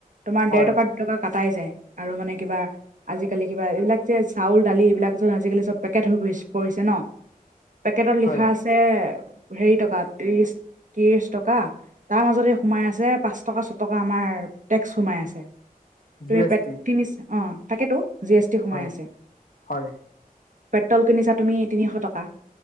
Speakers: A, on the right (about 60°); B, on the left (about 70°).
A: তোমাৰ
B: হয়
A: দেৰ টকাত- টকা কটাই যায়, আৰু মানে কিবা- আজিকালি কিবা এইবিলাক যে চাউল দালি এইবিলাক চোন আজিকালি চব পেকেট হৈ পৰিছে ন। পেকেটত লিখা
B: হয়
A: আছে হেৰি টকা ত্ৰিশ ত্ৰিশ টকা। তাৰ মাজতে সোমাই আছে পাঁচ টকা ছ টকা আমাৰ টেক্স সোমাই আছে। তুমি
B: জি এছ
A: পেত
B: টি
A: নিচ অঁ তাকেতো, জি এছ টি সোমাই
B: হয়
A: আছে।
B: হয়
A: পেট্ৰল কিনিছা তুমি তিনিশ টকা,